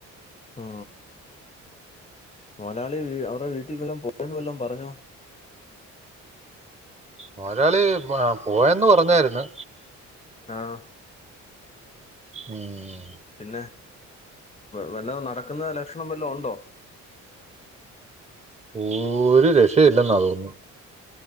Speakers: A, on the left (about 20°); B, on the right (about 20°).
A: മ് മോലാളി വീ അവടെ വീട്ടി വല്ലൊം പോയെന്ന് വല്ലൊം പറഞ്ഞോ.?
B: മൊതലാളി പോയന്ന് പറഞ്ഞായിര്ന്ന്
A: ആഹ്
B: മ് ഹ്..
A: പിന്നെ വല്ലോം നടക്ക്ന്ന ലകഷ്ണം വല്ലോ ഒണ്ടോ.?
B: ഓര് രക്ഷയു ഇല്ലെന്നാ തോന്നത്.